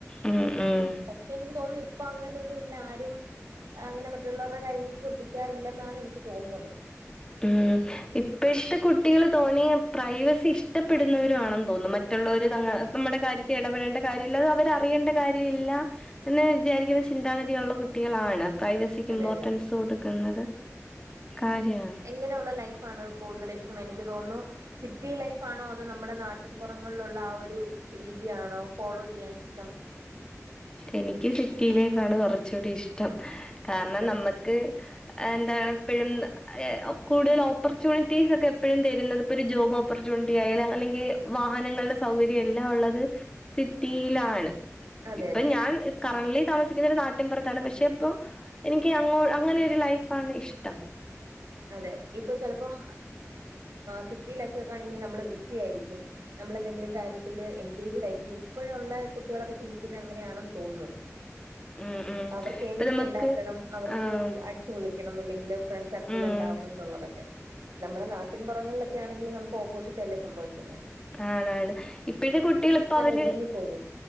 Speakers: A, on the left; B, on the right.
A: ഉം ഉം ഉം
B: പക്ഷെ എനിക്ക് തോന്നുന്നു ഇപ്പൊ അങ്ങനൊന്നുല്ല ആരും അങ്ങനെ മറ്റുള്ളവരുടെ കാര്യങ്ങൾ ശ്രദ്ധി യ്യാറില്ലെന്നാണ് എനിക്ക് തോന്ന്ന്നത്
A: ഉം ഇപ്പോഴത്തെ കുട്ടികൾ തോന്നിയ പ്രൈവസി ഇഷ്ടപ്പെടുന്നവരും ആണെന്ന് തോന്നും മ മറ്റുള്ളവര് നമ്മുടെ കാര്യത്തിൽ ഇടപെടേണ്ട കാര്യമില്ല അതവരറിയേണ്ട കാര്യമില്ല എന്ന് വിചാരിക്കുന്ന ചിന്താഗതിയുള്ള കുട്ടികളാണ് പ്രൈവസിക്കിമ്പോർട്ടൻസ്
B: അതെ അതെ
A: കൊടുക്കുന്നത് കാര്യാണ്
B: അങ്ങനെയുള്ള ലൈഫാണ് കൂടുതലിഷ്ടം എനിക്ക് തോന്നുന്നു സിറ്റി ലൈഫ് ആണോ അതോ നമ്മുടെ നാട്ടിൻപുറങ്ങളിലുള്ള ആ ഒരു രീതിയാണോ ഫോളോ ചെയ്യാൻ ഇഷ്ടം
A: എനിക്ക് സിറ്റി ലൈഫാണ് കൊറച്ച്കൂടി ഇഷ്ടം കാരണം
B: ഇഷ്ടം
A: നമ്മക്ക് എന്താണിപ്പഴും ഏ കൂടുതൽ ഓപ്പർച്യൂണിറ്റീസൊക്കെ എപ്പഴും തരുന്നത് ഇപ്പൊരു ജോബോപ്പർച്യൂണിറ്റി ആയാല് അല്ലെങ്കിൽ വാഹനങ്ങളുടെ സൗകര്യം എല്ലാം ഉള്ളത് സിറ്റിയിലാണ്
B: അതെ
A: ഇപ്പൊ
B: അതെ
A: ഞാൻ കറണ്ട്ലി താമസിക്കുന്ന ഒരു നാട്ടിൻപുറത്താണ് പക്ഷെ ഇപ്പോ എനിക്ക് അങ്ങനെയൊ ഒരു ലൈഫാണ് ഇഷ്ടം
B: അതെ ഇപ്പൊ ചിലപ്പം സിറ്റി ലൈഫ് ഒക്കെ ആണെങ്കിൽ നമ്മള് ബിസി ആയിരിക്കും നമ്മ്ളെന്തെങ്കിലും കാര്യത്തില് എൻകേജ്ടായിരിക്കും. ഇപ്പഴുള്ള കുട്ടീളൊക്കെ ചിന്തിക്ക്ന്നത് അങ്ങനെയാണെന്ന് തോന്നുന്നു
A: ഉം ഉം
B: അവർക്ക് ഏണിങ്സ്
A: ഇപ്പൊ നമുക്ക്
B: ഉണ്ടാക്കണം അവർക്ക്
A: ആഹ്
B: വിളിക്കണം അല്ലെങ്കിൽ ഫ്രണ്ട് സർക്കിൾ
A: ഉം
B: ഉണ്ടാവണം എന്നുള്ളതൊക്കെ നമ്മുടെ നാട്ടി പുറങ്ങളിലൊക്കെ ആണെങ്കിൽ നമുക്ക് ഓപ്പോസിറ്റ് അല്ലേ സംഭവിക്കുന്നത്
A: ആണാണ് ഇപ്പഴെ കുട്ടികളി ഇപ്പൊ അവര്
B: ഒതുങ്ങിപ്പോകും